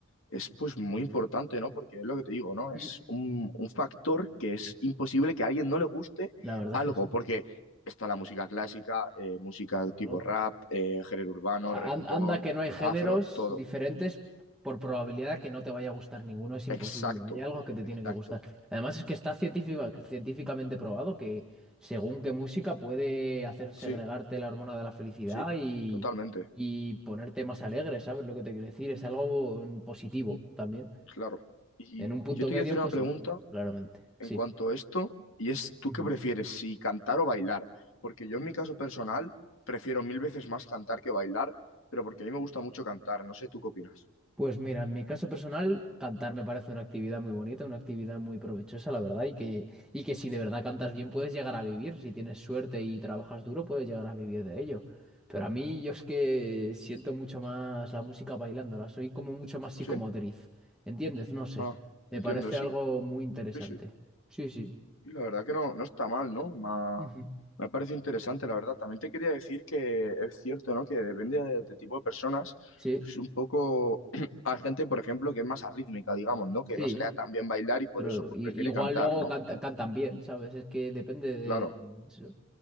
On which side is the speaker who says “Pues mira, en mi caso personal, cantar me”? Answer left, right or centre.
Centre